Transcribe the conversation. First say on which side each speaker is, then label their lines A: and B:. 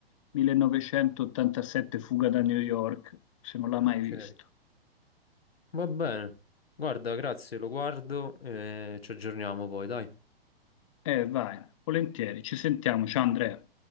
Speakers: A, on the left; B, on the left.
A: 1987 Fuga da New York, se non l'ha mai
B: Ok,
A: visto.
B: va bene. Guarda, grazie, lo guardo e ci aggiorniamo poi, dai.
A: Eh, vai, volentieri, ci sentiamo, ciao Andrea.